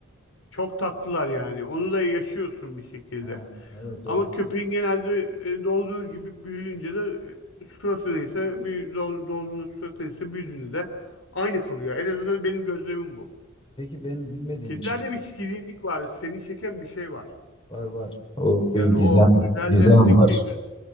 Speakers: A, on the left (about 85°); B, on the left (about 25°).
A: Çok tatlılar yani. Onu da yaşıyorsun bir şekilde.
B: Ha, evet
A: Ama
B: evet.
A: köpeğin genelde e, doğduğu gibi büyüyünce de e, suratı neyse, büyü, doğ- doğduğunda suratı neyse büyüdüğünde de aynı kalıyor. En azından benim gözlemim bu.
B: Peki benim bilmediğim
A: Kedilerde
B: için
A: bir şirinlik var. Seni çeken bir şey var.
B: var var. O bir
A: Yani
B: gizem
A: o üzerlerindeki
B: gizem var.